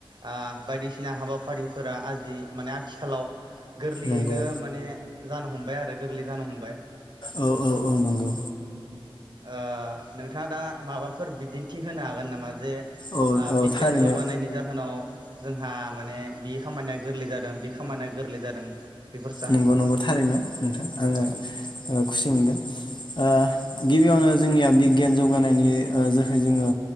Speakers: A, on the right; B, on the left.
A: आ बायदिसि ना हाबाफारिफोरा आजि माने आथिखालाव गोरलैयैनो
B: नंगौ
A: माने जानो हमबाय आरो गोरलै जानो हमबाय
B: औ औ औ नंगौ
A: ओ नोंथाङा दा माबाफोर बिदिन्थि होनो हागोन नामा जे
B: औ
A: आ
B: औ
A: बिगियान
B: थारैनो
A: जौगानायनि जाहोनाव जों हा माने बे खामानिया गोरलै जादों बे खामानिया गोरलै जादों। बेफोरसा
B: नंगौ नंगौ थारैनो नोंथां आङो
A: औ
B: खुसि मोनदों ओ गिबियावनो जोंनिया बिगियान जौगानायनि ओ जोहै जोङो